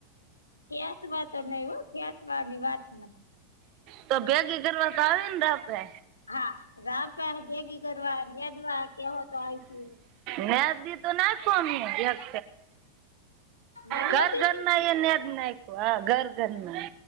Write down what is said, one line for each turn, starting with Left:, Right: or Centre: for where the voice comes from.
Left: ફેંકવા તો નહી હો ખફેકવાની વાત નહીં.
Right: તો ભેગી કરવા તો આવે ને જાપે.
Left: હા રાપા ભેગી કરવા નેદવા કે હોય તો આવીશ હું.
Right: નેદી તો નાખું અમે એક
Left: નેદવાતી
Right: ઘર. ઘરના
Left: નહી
Right: એ નેદ નાખ. હા ઘર ઘરના